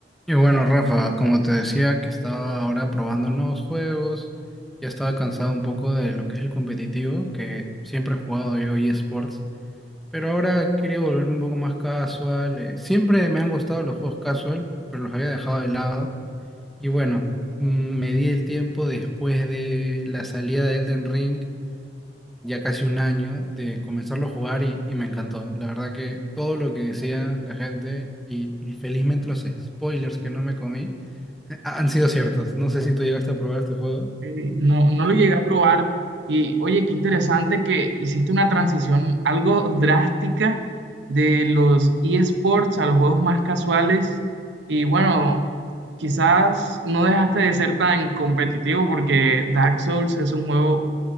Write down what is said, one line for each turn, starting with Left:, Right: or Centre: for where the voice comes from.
Centre: Y bueno, Rafa, como te decía, que estaba ahora probando nuevos juegos, ya estaba cansado un poco de lo que es el competitivo, que siempre he jugado yo eSports, pero ahora quería volver un poco más casual. eh, Siempre me han gustado los juegos casual, pero los había dejado de lado. Y bueno, mm, me di el tiempo después de la salida de Elden Ring ya casi un año de comenzarlo a jugar y, y me encantó. La verdad que todo lo que decía la gente y, y felizmente los spoilers que no me comí eh, han sido ciertos. No sé si tú llegaste a probar este juego.
Right: Ok, No, no lo llegué a probar. Y oye, qué interesante que hiciste una transición algo drástica de los eSports a los juegos más casuales. Y bueno, quizás no dejaste de ser tan competitivo porque Dark Souls es un juego